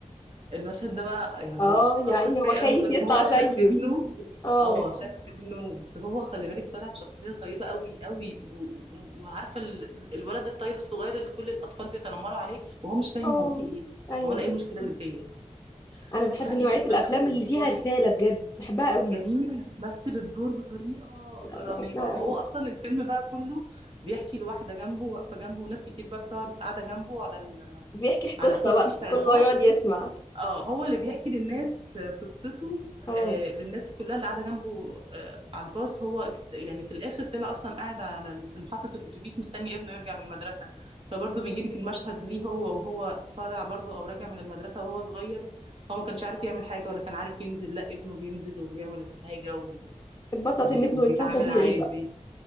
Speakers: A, on the right; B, on the left.
A: المشهد ده بقى يعني
B: اه
A: هو أثر
B: يا عيني
A: فيا
B: هو خايف
A: قوي إن
B: يطلع
A: هو
B: زيه
A: شاف ابنه
B: اه
A: اه شاف ابنه بس هو خلي بالك طالع بشخصية طيبة قوي قوي و- و- وعارفة ال- الولد الطيب الصغير اللي كل الأطفال بيتنمروا عليه وهو مش فاهم
B: اه
A: هو فيه إيه
B: ايوه
A: هو أنا
B: أيوه.
A: إيه المشكلة اللي فيا
B: انا بحب
A: حقيقي
B: نوعية الافلام
A: بس بالدور
B: اللي فيها رسالة بجد بحبها قوي
A: جميل مثل الدور بطريقة
B: لا
A: رهيبة
B: بحبها
A: هو
B: قوي
A: أصلا الفيلم بقى كله بيحكي لواحدة جنبه واقفة جنبه وناس كتير بقى بتقعد قاعدة جنبه على ال...
B: بيحكي
A: على
B: قصة
A: الكرسي
B: بقى
A: بتاع
B: كله
A: الباص
B: يقعد يسمع
A: اه هو اللي بيحكي للناس آه، قصته
B: اه
A: آه، للناس كلها اللي قاعده جنبه آه، على الباص هو اكت- يعني في الاخر طلع اصلا قاعد على في محطه الاتوبيس مستني ابنه يرجع من المدرسه فبرضه بيجي لك المشهد ليه هو وهو طالع برضه او راجع من المدرسه وهو صغير هو ما كانش عارف يعمل حاجه ولا كان عارف ينزل لا ابنه بينزل وبيعمل الحاجه و...
B: اتبسط
A: وب-
B: ان ابنه
A: وبيتعامل
B: انسان طبيعي
A: عادي
B: بقى